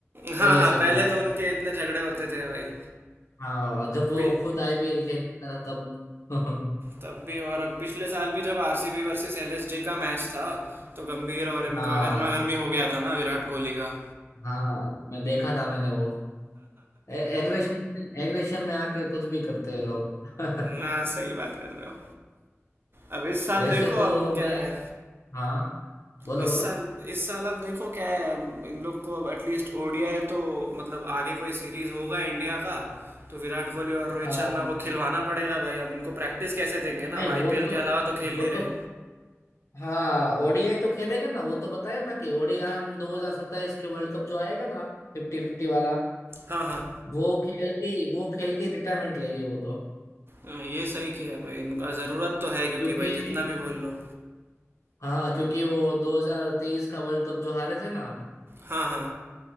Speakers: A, on the right; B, on the left.
A: हाँ
B: पहले
A: हाँ
B: से
A: पहले
B: तो
A: तो उनके इतने झगड़े होते थे भाई
B: हाँ जब वो
A: पि-
B: खुद आईपीएल खेलता था तब <laughs>
A: तब भी और अब पिछले साल भी जब आरसीबी वर्सेस एलएसजी का मैच था तो गंभीर और इनका
B: हाँ
A: गर्मा गर्मी हो गया था ना विराट कोहली का
B: हाँ मैं देखा था मैंने वो एग्रेशन एग्रेशन में आके कुछ भी करते हैं लोग <laughs>
A: हाँ सही बात कर रहे हो अब इस साल
B: वैसे
A: देखो अब
B: तो
A: क्या
B: मैं
A: है
B: हाँ बोलो
A: इस
B: बोलो
A: साल इस साल अब देखो क्या है अब इन लोग को अब एटलीस्ट ओडीआई तो मतलब आगे कोई सीरीज होगा इंडिया का तो विराट कोहली और रोहित
B: हाँ
A: शर्मा को खिलवाना पड़ेगा भाई अब उनको प्रैक्टिस कैसे देंगे ना
B: नहीं
A: आईपीएल
B: वो तो
A: के अलावा तो खेल
B: वो
A: नहीं रहे
B: तो हाँ ओडीआई तो खेलेगा ना वो तो बताया ना कि ओडीआई हम 2027 के वर्ल्ड कप जो आएगा ना फिफ्टी फिफ्टी वाला
A: हाँ हाँ
B: वो खेल के वो खेल के रिटायरमेंट लेंगे वो तो
A: हाँ, ये सही किया भाई इनका ज़रूरत तो है
B: क्योंकि
A: क्योंकि भाई जितना भी बोल लो
B: हाँ क्योंकि वो 2023 का वर्ल्ड कप जो हारे थे ना
A: हाँ हाँ